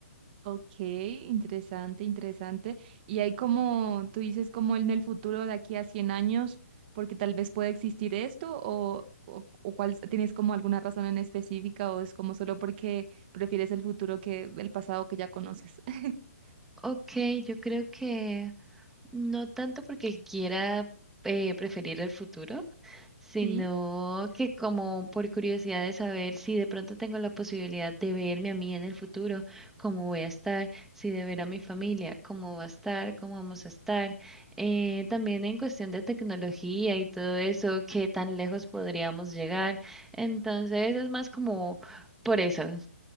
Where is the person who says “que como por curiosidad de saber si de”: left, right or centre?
Centre